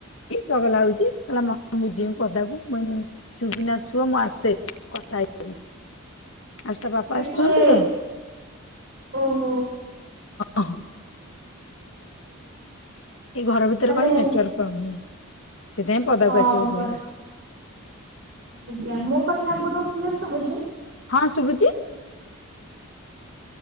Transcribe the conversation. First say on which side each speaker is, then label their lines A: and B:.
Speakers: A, on the left; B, on the right.
A: ଚଗଲା ହୋଉଛି କହିଲା ମୁଁ ଯିବମି ପଦାକୁ <unintelligible> ଚୁପ୍ କିନା ଶୁଅ ମୁଁ ଆସେ କଥା ହେଇକି। ଆଜି ତା ବାପା ଆସୁଛନ୍ତି
B: ସିଏ
A: ତ,
B: ଓହୋ
A: ହଁ। ଏଇ ଘର ଭିତରେ
B: ମାନେ
A: କଣ ନେଟୱାର୍କ ପାଉନି ସେଥିପାଇଁ ପଦାକୁ
B: ହଁ
A: ଆସିବାକୁ
B: ଘର
A: ପଡିଲା।
B: ଆଜ୍ଞା, ମୋ କଥା ଆପଣଙ୍କୁ କ୍ଲିଅର ସଭୁଛି?
A: ହଁ ଶୁଭୁଚି।